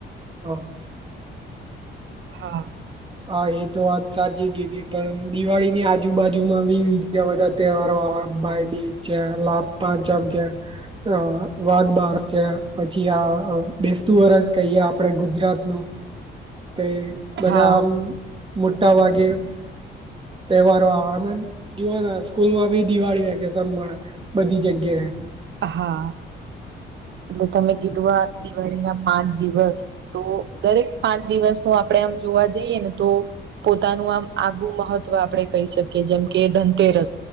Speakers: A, on the right; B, on the right.
A: હા
B: હા
A: હા એ તો વાત સાચી ગી હતીી પણ દિવાળી ની આજુબાજુમાં બી બીજા બધા તહેવારો આવે ભાઈબીજ છે લાભ પાંચમ છે. અ વાઘ બાર છે. પછી આ બેસતું વરજ કહીએ આપડે ગુજરાતનું, કે બધા
B: હા
A: આમ મોટા ભગે તહેવારો આનંદ જીવા સ્કૂલ માં બી દિવાળી વેકેશન પણ બધી જગ્યાએ
B: હા એટલે તમે કીધું આ દિવાળી ના પાંચ દિવસ તો દરેક પાંચ દિવસ નુ આપણેે આમ જોવા જઈએ તો પોતાનું આમ આગું મહત્વ આપડણે કહી શકીએ જેમ કે ધનતેરસ